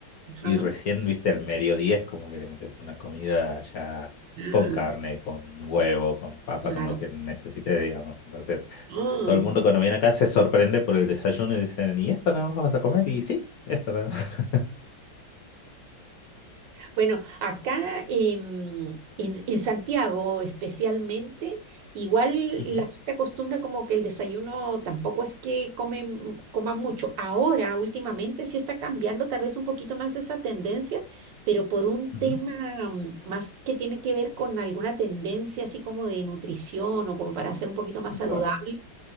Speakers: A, on the right; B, on the left.
A: Ajá.
B: Y recién, viste, al mediodía es como que le metes una comida ya
A: Ah.
B: con carne, con huevo, con papa,
A: Claro.
B: con lo que necesites, digamos. Entonces,
A: Mm.
B: todo el mundo cuando viene acá se sorprende por el desayuno y dicen, ¿y esto nada más vas a comer? Y sí, esto nada más.
A: Bueno, acá em, en, en Santiago especialmente, igual
B: <laughs> Ujú,
A: la gente acostumbra como que el desayuno tampoco es que comen, coman mucho. Ahora, últimamente, sí está cambiando tal vez un poquito más esa tendencia, pero por un
B: ujú.
A: tema mm, más que tiene que ver con alguna tendencia así como de nutrición o como para ser un poquito más saludable.
B: Bueno,